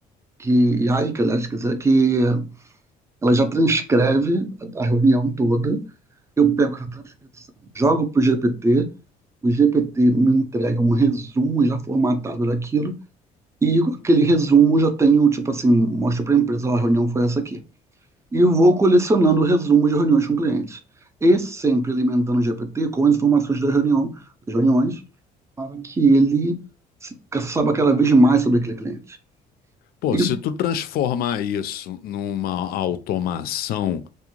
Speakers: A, on the right; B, on the left.
A: que Aika, aliás, quer dizer, que eh, ela já transcreve a, a reunião toda. Eu pego essa transcrição, jogo para o GPT, o GPT me entrega um resumo já formatado daquilo, e com aquele resumo já tenho, tipo assim, mostra para a empresa, ó, a reunião foi essa aqui. E eu vou colecionando resumos de reuniões com clientes. E sempre alimentando o GPT com as informações da reunião, das reuniões, para que ele saiba cada vez mais sobre aquele cliente.
B: Pô,
A: Isso
B: se tu transformar isso numa automação,